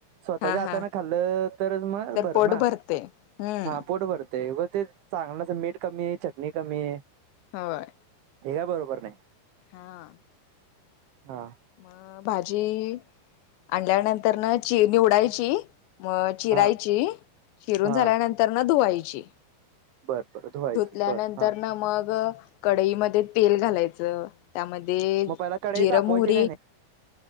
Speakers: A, on the right; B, on the left.
A: स्वतःच्या
B: हा
A: हातान
B: हा
A: खाल्लं तरच, मग
B: तर
A: बर
B: पोट
A: ना?
B: भरते हम्म
A: हा पोट भर ते होते, चांगलं मीठ कमी, चटणी कमी.
B: होय.
A: हे काय बरोबर नाही.
B: हां.
A: हां.
B: मअ भाजी आणल्यानंतर ना, ची निवडायची. म चिरायची,
A: हा
B: चिरून
A: हा
B: झाल्यानंतर न धुवायची.
A: बर बर धुवायची
B: धुतल्यानंतर
A: बर हा
B: ना मग, कडईमध्ये तेल घालायचं. त्यामध्ये
A: मग पहिला कढई
B: जिरं,
A: तापवायची
B: मोहरी
A: का नाही